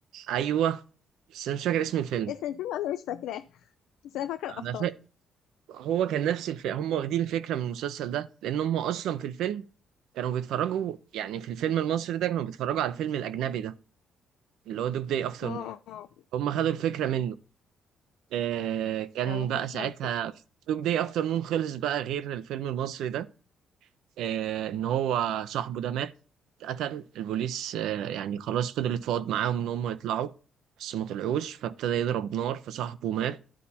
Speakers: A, on the right; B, on the left.
A: ايوه بس انا مش فاكر اسم الفيلم
B: اسم الفيلم انا مش فاكراه بس انا فاكره الابطال
A: انا فاكر هو كان نفس الفيلم هم واخدين الفكره من المسلسل ده لان هم اصلا في الفيلم كانوا بيتفرجوا يعني في الفيلم المصري ده كانوا بيتفرجوا على الفيلم الاجنبي ده اللي هو دوج داي افتر
B: اه اه
A: نون
B: آه،
A: هم خدوا الفكره منه آه كان
B: انا ما
A: بقى
B: كنتش
A: ساعتها
B: اعرف كده
A: دوج داي افتر نون خلص بقى غير الفيلم المصري ده آه ان هو صاحبه ده مات قتل البوليس آه يعني خلاص فضل يتفاوض معاهم ان هم يطلعوا بس ما طلعوش فابتدى يضرب نار فصاحبه مات